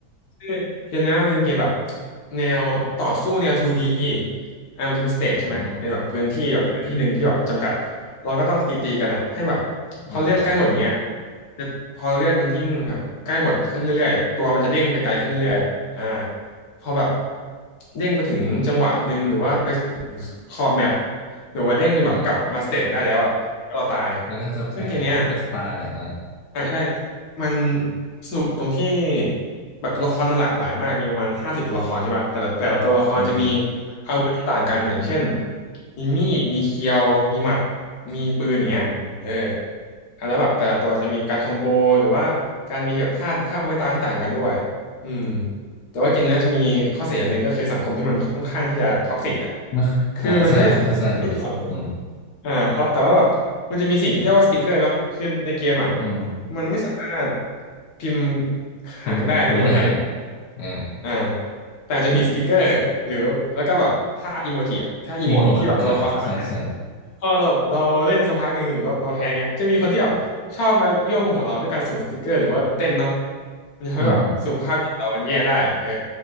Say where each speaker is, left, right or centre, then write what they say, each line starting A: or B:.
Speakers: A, on the left (about 70°); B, on the left (about 85°).
A: คือเกมเนี้ยมันเป็นเกมแบบแนวต่อสู้แนว 2D อ่ามันจะเป็นสเตจใช่ไหม
B: อืม
A: เป็นแบบพื้นที่แบบพื้นที่หนึ่งที่แบบจำกัด เราก็ต้องตีตีกันอะให้แบบพอเลือดใกล้หมดอย่างเงี้ย
B: อ่าอ่า
A: จะพอเลือดมันยิ่งแบบใกล้หมดขึ้นเรื่อยๆตัวมันจะเด้งไกลๆขึ้นเรื่อยๆอ่า พอแบบเด้งไปถึงจังหวะหนึ่งหรือว่าไปถึงขอบแมปหรือว่าเด้งจนแบบกลับมาสเตจไม่ได้แล้วอ่ะเราตาย
B: อ่ามันก็จะแพ้มันก็จะตายอ่า
A: ซึ่งเกมเนี้ย อ่าใช่มันสนุกตรงที่แบบตัวละครมันหลากหลายมากมีประมาณห้าสิบตัวละครใช่ปะแต่ละแต่ละตัวละครจะมี
B: อืม
A: อาวุธที่ต่างกันอย่างเช่นมีมีดมีเคียวมีหมัดมีปืนอย่างเงี้ยเออ
B: อืม
A: อ่ะแล้วแบบแต่ละตัวจะมีการคอมโบหรือว่าการมีแบบท่าท่าไม้ตายที่ต่างกันด้วยอืมแต่ว่าเกมนี้ยจะมีข้อเสียอย่างหนึ่งก็คือสังคมที่มันค่อนข้างที่จะท็อกซิกอ่ะ
B: ไม่อ่าใช่
A: คือมันไม่ได้ท็อกซิกที่สังคม
B: ผมเข้าใจอยู่อืม
A: อ่าเพราะแต่ว่าแบบมันจะมีสิ่งที่เรียกว่าสติกเกอร์เนาะคือในเกมอ่ะ
B: อืม
A: มันไม่สามารถพิมพ์
B: พิมพ์คุยได้
A: หากันได้ในหมวดแรงค์
B: อ่า
A: อ่าแต่จะมีสติกเกอร์หรือแล้วก็แบบถ้าอีโมจิอ่ะถ้าอีโมดที่แบบตัวละครสามารถเล่น
B: อีโมดอ่าใช่ใช่
A: พอเราเราเล่นสักพักหนึ่งหรือว่าเราแพ้เงี้ยจะมีคนที่แบบชอบมายั่วโมโหเราด้วยการส่งสติกเกอร์หรือว่าเต้นเนาะมันจะทำให้แบบสุขภาพจิตเรามันแย่ได้เออ
B: อืม